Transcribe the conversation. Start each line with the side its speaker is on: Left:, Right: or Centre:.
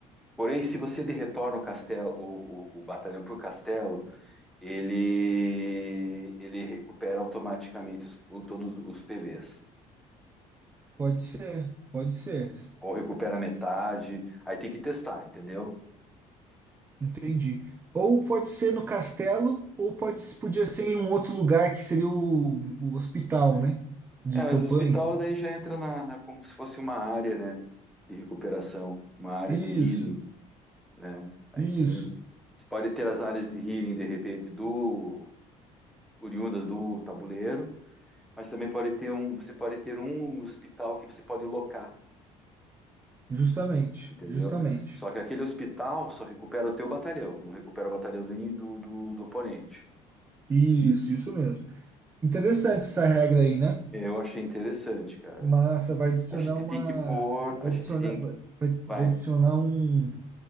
Centre: Porém, se você de retorna o castelo, o, o, o batalhão para o castelo, ele ele recupera automaticamente os, todos os PVs.
Right: Pode ser, pode ser.
Centre: Ou recupera metade. Aí tem que testar, entendeu?
Right: Entendi. Ou pode ser no castelo, ou pode, podia ser em um outro lugar que seria o, o hospital, né? De
Centre: É,
Right: campanha.
Centre: mas o hospital daí já entra na, na- como se fosse uma área, né, de recuperação, uma área
Right: Isso,
Centre: de healing, né? Aí
Right: isso.
Centre: tem, você pode ter as áreas de healing de repente do oriundas do tabuleiro, mas também pode ter um, você pode ter um hospital que você pode locar,
Right: Justamente,
Centre: entendeu?
Right: justamente.
Centre: Só que aquele hospital só recupera o teu batalhão, não recupera o batalhão do, ini- do, do, do oponente.
Right: Isso, isso mesmo. Interessante essa regra aí, né?
Centre: Eu achei interessante, cara.
Right: Massa, vai adicionar
Centre: A gente
Right: uma.
Centre: tem que pôr,
Right: Vai
Centre: a gente
Right: adicionar,
Centre: tem
Right: vai,
Centre: que,
Right: vai
Centre: vai,
Right: vai adicionar um,